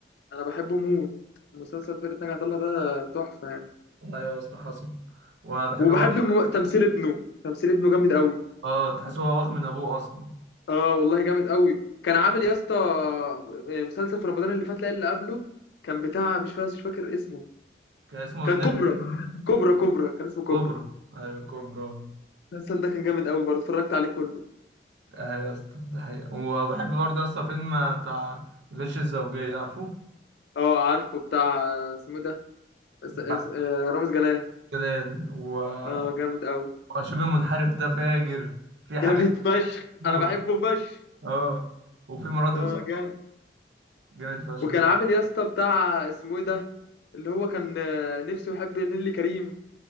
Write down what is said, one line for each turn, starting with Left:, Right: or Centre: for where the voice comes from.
Left: انا بحبه موت مسلسل فرقة ناجي عطا الله ده تحفة يعني
Right: ايوه يا اسطى حصل وبحب
Left: وبحب
Right: برضه
Left: الم- تمثيل ابنه تمثيل ابنه جامد قوي
Right: اه تحس هو واخد من ابوه اصلا
Left: اه والله جامد قوي كان عامل يا اسطى آه، مسلسل في رمضان اللي فات لا اللي قبله كان بتاع مش فاكر مش فاكر اسمه
Right: كان اسمه
Left: كان
Right: النمر
Left: كوبرا كوبرا كوبرا كان اسمه كوبرا
Right: كوبرا ايوه كوبرا
Left: المسلسل ده كان جامد قوي برضه اتفرجت عليه كله
Right: ايوه يا اسطى ده حقيقة وبحب برضه يا اسطى فيلم بتاع غش الزوجية عارفه؟
Left: اه عارفه بتاع آه، اسمه إيه ده
Right: بتاع
Left: اس- اس- آه، رامز جلال
Right: جلال و-
Left: اه جامد قوي
Right: وشبه منحرف ده فاجر في حاجات
Left: جامد فشخ
Right: موت.
Left: انا بحبه فشخ
Right: اه وفي مراتي
Left: اه
Right: وصاحبي
Left: جامد
Right: جامد فشخ
Left: وكان
Right: بقى.
Left: عامل يا اسطى بتاع اسمه ايه ده اللي هو كان آه، نفسه يحب نيللي كريم